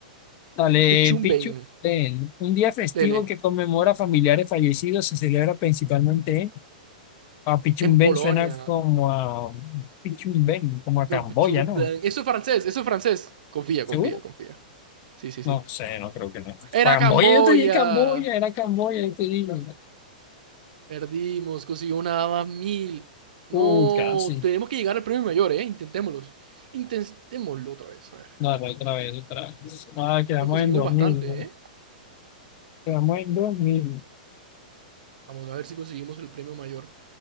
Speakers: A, on the left; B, on the right.
A: Dale,
B: Pichumben,
A: Pichu. Ven, un día festivo
B: dele.
A: que conmemora familiares fallecidos se celebra principalmente en a Pichumbén
B: En Polonia.
A: suena como a Pichumbén, como a Camboya,
B: No, Pichumben.
A: ¿no?
B: Eso es francés, eso es francés. Confía,
A: ¿Seguro?
B: confía, confía. Sí, sí, sí.
A: No sé, no creo que no.
B: Era
A: Camboya,
B: Camboya.
A: yo te dije Camboya, era Camboya, yo te dije.
B: Perdimos, consiguió nada más mil. No,
A: Uy, casi.
B: tenemos que llegar al premio mayor, ¿eh? Intentémoslo. Intentémoslo otra vez, a ver.
A: Dale, otra vez, otra vez. Ah, quedamos
B: Lo conseguimos
A: en 2000.
B: bastante,
A: ¿no?
B: ¿eh?
A: Quedamos en dos mil
B: Vamos a ver si conseguimos el premio mayor.